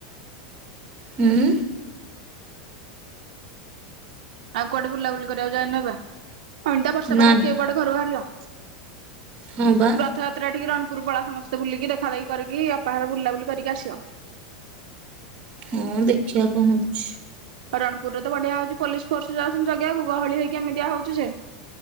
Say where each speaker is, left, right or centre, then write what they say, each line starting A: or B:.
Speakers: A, on the right (about 35°); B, on the right (about 70°).
A: ହୁଁ।
B: ଆଉ କୁଆଡ଼େ ବୁଲାବୁଲି କରିବାକୁ ଜାଇନ ଅପା? ଅନ୍ତିଆ ବର୍ଷା
A: ନାଇଁ
B: ପାଗରେ କିଏ କୁଆଡ଼େ ଘରୁ ବାହାରିବ।
A: ହଁ ବା।
B: ରଥଯାତ୍ରା ଟିକେ ରଣପୁର ପଳା ସମସ୍ତେ ବୁଲିକି ଦେଖାଦେଖି କରିକି ଅପାଘରେ ବୁଲାବୁଲି କରିକି ଆସିବ।
A: ହଁ ଦେଖିଆ କଣ ହୋଉଚି।
B: ରଣପୁରରେ ତ ବଢିଆ ହୋଉଚି ପୋଲିସ ଫୋର୍ସ ଯାଉଚନ୍ତି ଜଗିବାକୁ ଗହଳି ହେଇକି ଇମିତିଆ ହୋ ଉଚି ଜେ